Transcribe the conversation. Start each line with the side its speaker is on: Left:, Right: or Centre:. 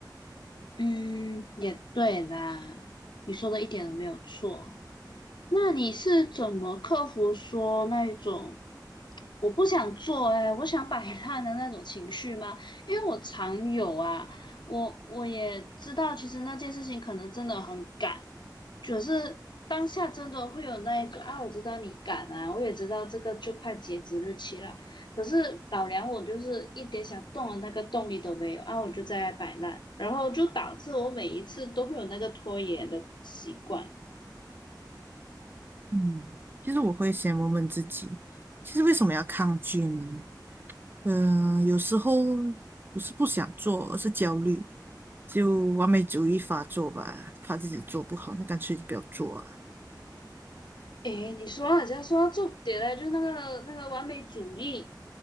Left: 嗯，也对啦，你说的一点都没有错。那你是怎么克服说那一种？我不想做哎、我想摆烂的那种情绪吗？因为我常有啊，我我也知道，其实那件事情可能真的很赶，可是当下真的会有那一种啊，我知道你赶啊，我也知道这个就快截止日期了，可是老娘我就是一点想动的那个动力都没有啊，我就在那摆烂，然后就导致我每一次都会有那个拖延的习惯。
Right: 嗯，其实我会先问问自己，其实为什么要抗拒呢？嗯、有时候不是不想做，而是焦虑，就完美主义发作吧，怕自己做不好，那干脆就不要做啊。
Left: 诶，你说到人家说到重点嘞，就那个那个完美主义，